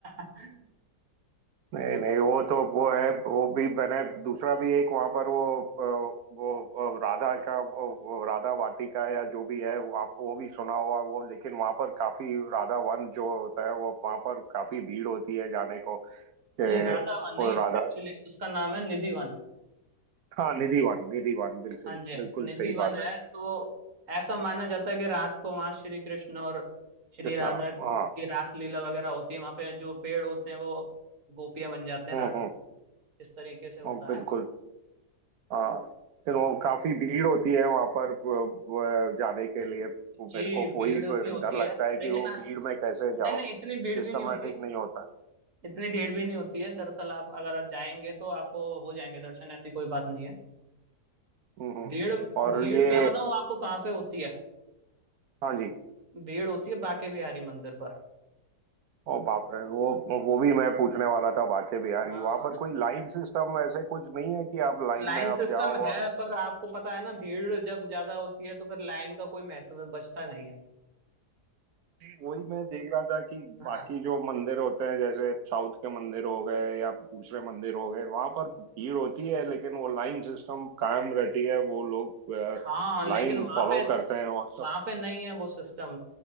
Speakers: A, on the right; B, on the right.
A: <laughs>
B: नहीं नहीं वो तो वो है वो भी मैंने दूसरा भी एक वहां पर वो अ, वो अ, राधा का वो वो राधा वाटिका या जो भी है वो आप वो भी सुना हुआ वो लेकिन वहां पर काफी राधा वन जो होता है वो वहां पर काफी भीड़ होती है जाने को ए,
A: नहीं राधा वन नहीं
B: वो
A: है
B: राधा
A: एक्चुअली उसका नाम है निधि वन
B: हाँ निधि वन निधि वन बिल्कुल
A: हाँ जी
B: बिल्कुल
A: निधि
B: सही
A: वन
B: बात
A: है
B: है
A: तो ऐसा माना जाता है कि रात को वहाँ श्री कृष्ण और श्री राधा
B: हाँ
A: की
B: हाँ
A: रास लीला वगैरह होती है वहाँ पे जो पेड़ होते हैं वो गोपियां बन जाते हैं
B: हम्म
A: रात
B: हम्म
A: को इस तरीके से होता
B: हम्म, बिल्कुल
A: है
B: हाँ फिर वो काफी भीड़ होती है वहां पर व- व- जाने के लिए वो
A: जी
B: मेरे को
A: भीड़
B: वही
A: होती होती
B: डर
A: है
B: लगता है
A: लेकिन
B: कि वो
A: आ,
B: भीड़ में कैसे
A: नहीं
B: जाओ
A: नहीं इतनी भीड़
B: सिस्टमेटिक
A: भी नहीं होती
B: नहीं होता
A: इतनी भीड़ भी नहीं होती है दरअसल आप अगर आप जाएंगे तो आपको हो जाएंगे दर्शन ऐसी कोई बात नहीं है
B: हम्म
A: भीड़
B: और
A: भीड़
B: ये
A: मैं बताऊं आपको कहाँ पे होती है
B: हाँ जी
A: भीड़ होती है बाके बिहारी मंदिर पर
B: ओ बाप रे वो वो भी मैं पूछने वाला था बाके बिहारी
A: हाँ
B: वहां पर कोई लाइन सिस्टम ऐसे कुछ नहीं है कि आप लाइन
A: लाइन
B: में आप
A: सिस्टम
B: जाओ
A: है
B: और
A: पर आपको पता है ना भीड़ जब ज्यादा होती है तो फिर लाइन का कोई महत्व बचता नहीं है
B: वही मैं देख रहा था कि
A: हाँ
B: बाकी जो मंदिर होते हैं जैसे साउथ के मंदिर हो गए या दूसरे मंदिर हो गए वहां पर भीड़ होती है लेकिन वो लाइन सिस्टम कायम रहती है वो लोग
A: हाँ लेकिन
B: लाइन
A: वहां
B: फॉलो
A: पे
B: करते हैं और सब
A: वहां पे नहीं है वो सिस्टम